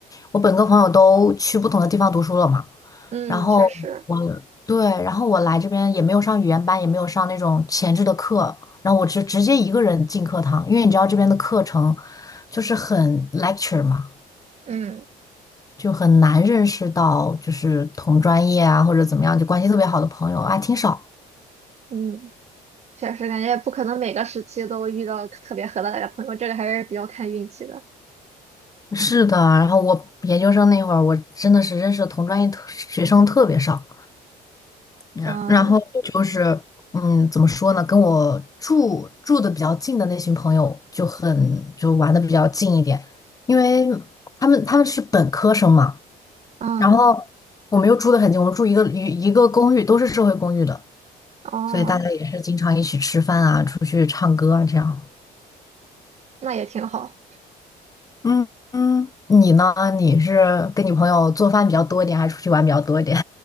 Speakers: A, on the left; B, on the right.
A: 我本科朋友都去不同的地方读书了嘛，
B: 嗯，
A: 然后我对，
B: 确实，
A: 然后我来这边也没有上语言班，也没有上那种前置的课，然后我直直接一个人进课堂，因为你知道这边的课程就是很 lecture 嘛。
B: 嗯
A: 就很难认识到，就是同专业啊或者怎么样，就关系特别好的朋友啊，挺少。
B: 嗯，确实感觉不可能每个时期都遇到特别合得来的朋友，这个还是比较看运气的。
A: 是的，然后我研究生那会儿，我真的是认识的同专业特学生特别少。然然后就是，
B: 嗯
A: 嗯，怎么说呢？跟我住住的比较近的那群朋友就很就玩的比较近一点，因为他们他们是本科生嘛，
B: 嗯
A: 然后我们又住的很近，我们住一个一一个公寓，都是社会公寓的，
B: 哦，
A: 所以大家也是经常一起吃饭啊，出去。这样。
B: 那也挺好。
A: 嗯嗯，你呢？你是跟你朋友做饭比较多一点，还是出去玩比较多一点？